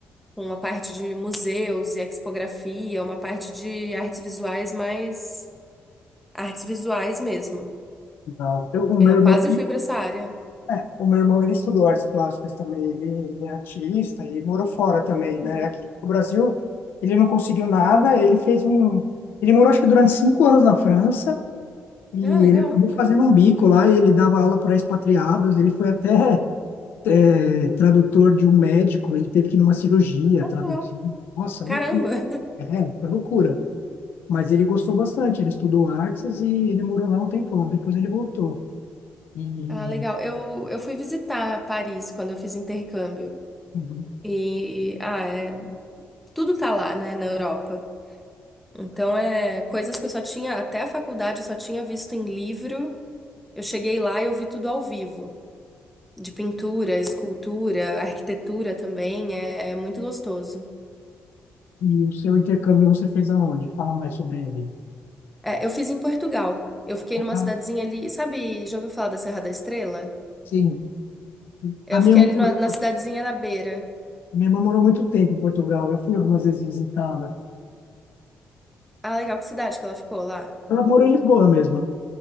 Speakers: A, in the centre; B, on the left.
A: com a parte de museus e expografia, uma parte de artes visuais mais artes visuais mesmo.
B: Legal. Eu, o
A: É,
B: meu
A: eu
B: irmão,
A: quase
B: ele-
A: fui para essa área.
B: é, o meu irmão, ele estudou artes plásticas também, ele ele é artista e morou fora também, né?
A: Uhum.
B: Aqui no Brasil, ele não conseguiu nada, ele fez um... Ele morou, acho que durante cinco anos na França e
A: Ah, legal.
B: ele acabou fazendo um bico lá, ele dava aula para expatriados, ele foi até é, tradutor de um médico, ele teve que ir numa cirurgia
A: Ah,
B: traduzir.
A: Legal.
B: Nossa,
A: Caramba.
B: loucura.
A: <laughs>
B: É, foi loucura. Mas ele gostou bastante, ele estudou artes e ele morou lá um tempão, depois ele voltou. E,
A: Ah, legal. Eu, eu fui visitar Paris quando eu fiz intercâmbio.
B: uhum.
A: E, ah, é, tudo tá lá, né, na Europa. Então, é coisas que eu só tinha, até a faculdade, eu só tinha visto em livro. Eu cheguei lá e eu vi tudo ao vivo, de pintura, escultura, arquitetura também, é é muito gostoso.
B: e o seu intercâmbio você fez aonde? Fala mais sobre ele.
A: É, eu fiz em Portugal. Eu fiquei
B: Ah,
A: numa cidadezinha ali, sabe, já ouviu falar da Serra da Estrela?
B: sim.
A: Eu
B: A minha
A: fiquei
B: irmã,
A: ali
B: mor-
A: na, na cidadezinha na beira.
B: a minha irmã morou muito tempo em Portugal. Eu fui algumas vezes visitá-la.
A: Ah, legal, que cidade que ela ficou lá?
B: Ela morou em Lisboa mesmo.